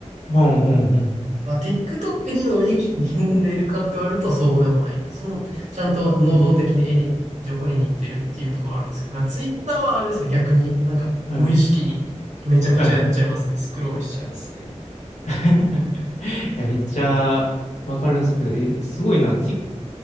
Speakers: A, on the left; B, on the right.
A: ほんほんほん。
B: まあ、TikTok にのめり込んでるかって言われるとそうでもない。その、ちゃんと能動的にエリに、
A: へえー、
B: 情報をに行ってるっていうところあるんですけど、Twitter はあれですね、逆に、なんか、
A: はい、
B: 無意識にめちゃくちゃやっちゃいますね。
A: はい、はい。
B: スクロールしちゃいますね。
A: <laughs> いや、めっちゃわかるんですけど、えすごいな。ティ